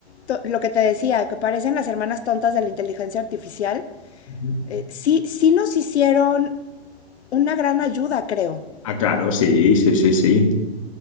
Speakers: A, on the left (about 75°); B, on the left (about 30°).
A: to- lo que te decía, que parecen las hermanas tontas de la inteligencia artificial,
B: ujú.
A: eh, sí, sí nos hicieron una gran ayuda, creo.
B: Ah, claro, sí, sí, sí, sí.